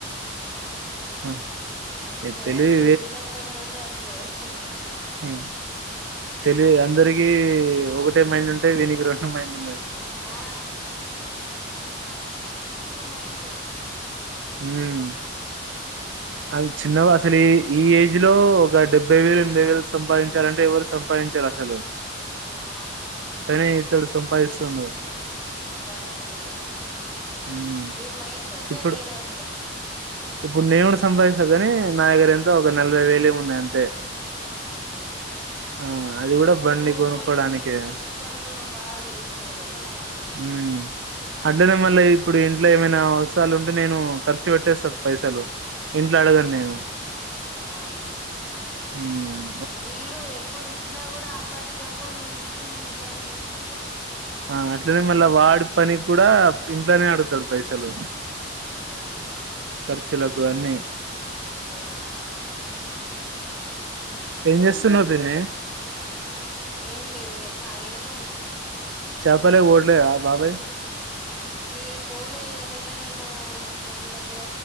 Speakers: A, in the centre; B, on the right.
A: <inaudible>
B: ఆ! ఈ
A: వాడికి
B: తెలివి
A: చిన్నప్పటి నుండి అంతే. <inaudible>
B: ఉ తెలి అందరికి ఒకటే మైండ్ ఉంటేయి వీనికి రెండు మైండ్ ఉన్నాయి.
A: ఆ టూ మైండ్ సేట్.
B: ఉమ్
A: <inaudible>
B: అది చిన్నవ్ అసలు ఈ ఏజ్ లో. ఇప్పుడ డెబ్బై వేలు ఎనభై వేలు సంపాదించాలంటే ఎవరు సంపాదించారు అసలు.
A: ఆ.
B: కానీ ఇతడు సంపాయిస్తుండు.
A: బాపురే
B: హ్మ్.
A: వీడి మైండ్ సెట్టే
B: ఇప్పుడు
A: వేరు అసలు.
B: ఇప్పుడు నేను కూడా సంపాదిస్తాను కాని నా దగర ఎంతో ఒక నలభై వేలేమొ ఉన్నాయి అంతే.
A: అంతే
B: ఆ అది కూడా
A: నువ్వు
B: బండి కొనుక్కోడానికే
A: ఇంటి వింటి పనులు నువ్వు బాగా చేశినవ్ గదా.
B: మ్మ్ అట్లనే మళ్ళీ ఇప్పుడు ఇంట్లో ఏమైనా. నా అవసరాలు ఉంటే నేను ఖర్చు పెట్టేస్తా. పైసలు. ఇంట్లో అడగను
A: ఆ
B: నేను
A: అవునవును.
B: ఊమ్.
A: వీడు ఎప్పుడు ఇచ్చినా కూడా అప్పటికప్పుడు నేను ఇచ్చింది ఇవ్వన్. తీసుకుంటాడు.
B: ఆ అట్లనే మళ్ళా వాడి పని కూడా ఇంట్లోనే అడుగుతాడు పైసలు.
A: ఆ.
B: పచ్చులకు అన్నీ.
A: ఆ.
B: ఏం జెస్తున్నావు పిన్నీ.
A: ఏం లేదు ఇగ ఖాళీగానే ఉన్నా.
B: చెప్పలే ఓడ్లే అ బాబాయ్.
A: ఈ పోలే ఇక నిన్న మేము ఒక దగ్గర